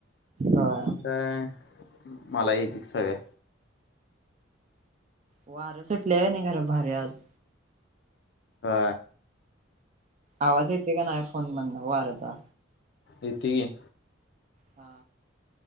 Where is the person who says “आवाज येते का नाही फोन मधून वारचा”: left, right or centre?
Right